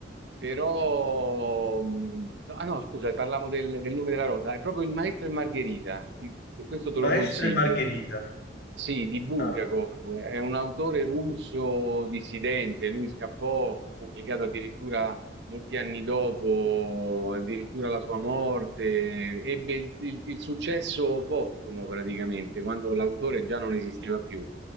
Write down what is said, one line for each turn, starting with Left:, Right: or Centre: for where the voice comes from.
Right: Però, mh, no, ah no, scusa, parlavo del, del nome della rosa, è proprio il Maestro e Margherita, Ti- questo te lo
Left: Maestra
Right: consiglio.
Left: e Margherita.
Right: Sì, di Bulgakov,
Left: Ah,
Right: è un autore russo dissidente, lui scappò, fu pubblicato addirittura molti anni dopo, addirittura la sua morte, ebbe il, il- il successo postumo praticamente, quando l'autore già non esisteva più.